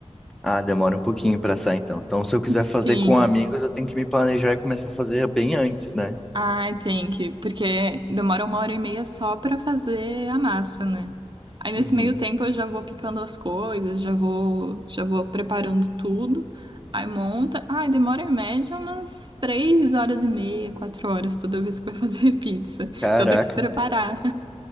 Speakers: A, in the centre; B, on the right.
A: Ah, demora um pouquinho pra assar, então. Então, se eu quiser
B: Sim.
A: fazer com amigos, eu tenho que me planejar e começar a fazer bem antes, né?
B: Ai, tem que, porque demora uma hora e meia só pra fazer a massa, né? Aí nesse
A: Uhum.
B: meio tempo eu já vou picando as coisas, já vou, já vou preparando tudo. Aí monta. Ai, demora em média umas três horas e meia, quatro horas toda vez que vai fazer <laughs> pizza.
A: Caraca,
B: Então tem que se preparar,